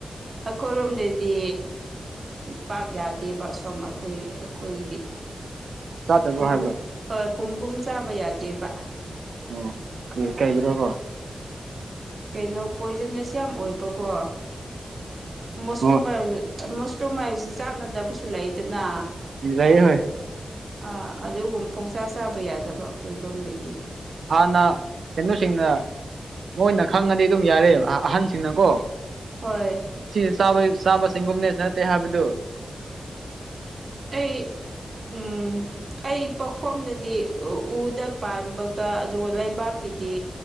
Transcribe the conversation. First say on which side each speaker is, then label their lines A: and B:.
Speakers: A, on the right; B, on the right.
A: ꯑꯩꯈꯣꯏꯔꯣꯝꯗꯗꯤ ꯄꯥꯛ ꯌꯥꯗꯦꯕ ꯁꯨꯝ ꯑꯩꯈꯣꯏ ꯑꯩꯈꯣꯏꯒꯤꯗꯤ
B: ꯆꯥꯗꯕ꯭ꯔꯣ
A: ꯄꯨꯡ
B: ꯍꯥꯏꯕ
A: ꯑ ꯄꯨꯡꯒꯨꯝ ꯆꯥꯕ ꯌꯥꯗꯦꯕ
B: ꯑꯣ ꯀꯩ ꯀꯩꯒꯤꯅ‌ꯣ ꯕ꯭ꯔ‌ꯣ
A: ꯀꯩꯅꯣ ꯄꯣꯏꯖꯟꯅꯁ ꯌꯥꯝ ꯑꯣꯏꯕꯀꯣ ꯃ‌ꯣꯁꯇ꯭ꯔ‌ꯣ
B: ꯑꯣ
A: ꯃꯥꯏꯖ ꯃ‌ꯣꯏꯁ ꯆꯨꯝ ꯍꯥꯏꯕꯁꯤ ꯆꯥꯟꯅꯗꯕꯁꯨ ꯂꯩꯗꯅ
B: ꯂꯩꯌ‌ꯦ ꯍ‌ꯣꯏ
A: ꯑꯥ ꯑꯗꯨꯒꯨꯝ ꯄꯨꯡꯆꯥꯥ ꯆꯥꯕ ꯌꯥꯗꯕ ꯑꯩꯈꯣꯏꯔꯣꯝꯗꯒꯤꯗꯤ
B: ꯍꯥꯥꯟꯅ ꯀꯩꯅ‌ꯣꯁꯤꯡꯅ ꯃꯣꯏꯅ ꯈꯪꯉꯗꯤ ꯑꯗꯨꯝ ꯌꯥꯔ ꯑꯍꯟꯁꯤꯡꯅꯀꯣ
A: ꯍꯣꯏ
B: ꯁꯤ ꯆꯥꯕ ꯁꯤꯒꯨꯝꯅꯦ ꯅꯠꯇ‌ꯦ ꯍꯥꯥꯕꯗꯨ
A: ꯑꯩ ꯎꯝ ꯑꯩ ꯄꯣꯛꯐꯝꯗꯗꯤ ꯎꯗ ꯄꯥꯟꯕꯒ ꯑꯗꯨꯒ ꯂꯩꯕꯥꯛꯀꯤꯗꯤ